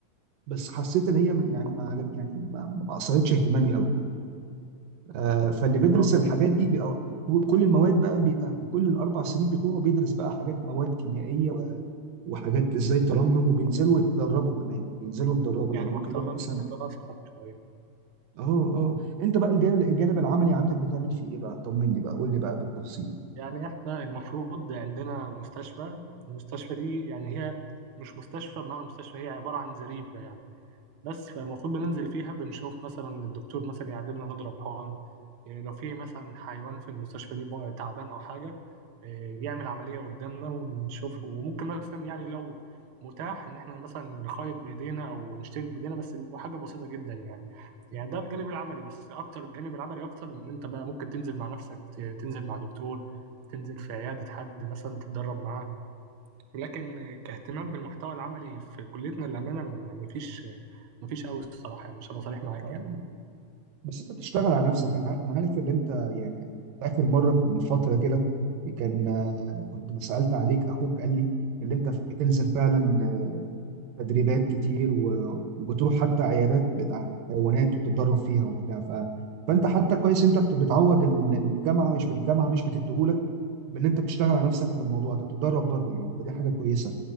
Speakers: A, on the right (about 90°); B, on the right (about 70°).
A: بس حسيت ان هي ما- يعني ما عجب يعني ما ما اثرتش اهتمامي قوي آه، فاللي بيدرس
B: اه
A: الحاجات دي بيبقى كل المواد بقى بيبقى كل الاربع سنين بتوعه بيدرس بقى حاجات مواد كيميائيه و- وحاجات ازاي ترمم وبينزلوا يتدربوا كمان بينزلوا يتدربوا
B: يعني
A: يعني ممكن
B: محتوى
A: يروح مثلا
B: محتوى صعب شوية
A: اه اه انت بقى الجانب الجانب العملي عندك بتعمل فيه ايه بقى طمني بقى قول لي بقى بالتفصيل
B: يعني احنا المفروض عندنا مستشفى المستشفى دي يعني هي مش مستشفى بمعنى مستشفى هي عبارة عن زريبة يعني بس فالمفروض بننزل فيها بنشوف مثلا الدكتور مثلا يعلمنا نضرب حقن إيه، لو في مثلا حيوان في المستشفى دي بقى تعبان او حاجة إيه، يعمل عملية قدامنا ونشوفه وممكن مثلا يعني لو متاح ان احنا مثلا نخيط بايدينا او نشترك بايدينا بس بيبقى حاجة بسيطة جدا يعني يعني ده الجانب العملي بس اكتر الجانب العملي اكتر ان انت بقى ممكن تنزل مع نفسك ت- تنزل مع دكتور تنزل في عيادة حد مثلا تتدرب معاه لكن كاهتمام بالمحتوى العملي في كليتنا للأمانة م- يعني مفيش مفيش قوي الصراحة يعني مش هبقى صريح معاك
A: اه
B: يعني
A: بس انت بتشتغل على نفسك انا عا- انا عارف ان انت يعني اخر مره كنت- من فتره كده كان آه، كنت ما سالت عليك اخوك قال لي اللي انت بتنزل فعلا آه، تدريبات كتير و- وبتروح حتى عيادات بتاعت حيوانات وبتتدرب فيها وبتاع ف... فانت حتى كويس انت بت- بتعوض ال- الجامعه مش بالجامعه مش بتديهولك بان انت بتشتغل على نفسك في الموضوع انت بتتدرب بره يعني فدي حاجه كويسه